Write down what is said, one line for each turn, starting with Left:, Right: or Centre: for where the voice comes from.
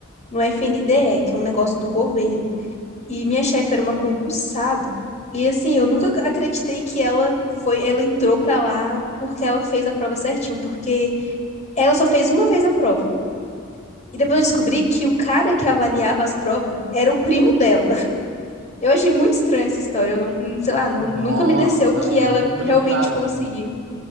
Left: no FNDE, que é um negócio do governo. E minha chefe era uma concursada. E assim, eu nunca acreditei que ela foi, ela entrou pra lá porque ela fez a prova certinho, porque ela só fez uma vez a prova. E depois eu descobri que o cara que avaliava as provas era o primo dela. <laughs> Eu achei muito estranha essa história. Eu não, não- sei lá, não,
Right: Nossa,
Left: nunca me desceu que
Right: aí
Left: ela
Right: é complicado,
Left: realmente conseguiu.
Right: né?